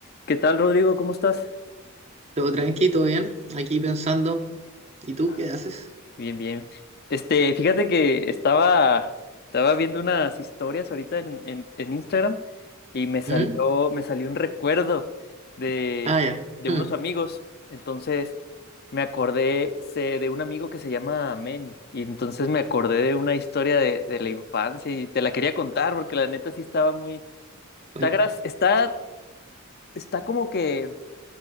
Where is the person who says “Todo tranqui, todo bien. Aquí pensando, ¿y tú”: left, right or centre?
Right